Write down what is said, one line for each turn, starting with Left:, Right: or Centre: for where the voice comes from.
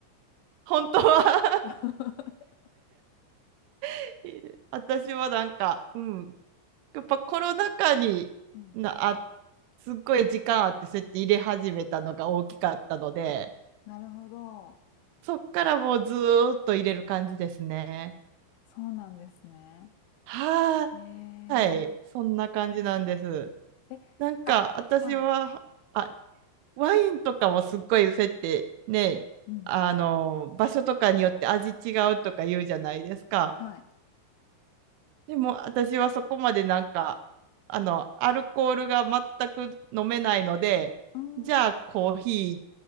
Right: 本当は
Left: <laughs>
Right: <laughs> 私はなんか、うん、やっぱコロナ禍にな、
Left: うん。
Right: あ、すっごい時間あってそうやって入れ始めたのが大きかったので、
Left: あ、なるほど。
Right: そっからもうずーっと入れる感じですね。
Left: そうなんですね。
Right: は
Left: え
Right: ーい、
Left: え
Right: そんな感じなんです。
Left: ー、え、
Right: なんか私は、
Left: あ、はい。
Right: あ、ワインとかもすっごいそうやってね、
Left: うん。
Right: あの、場所とかによって味違うとか言うじゃないですか。
Left: はい。
Right: でも私はそこまでなんか、あの、アルコールが全く飲めないので、
Left: うーん
Right: じゃあコーヒ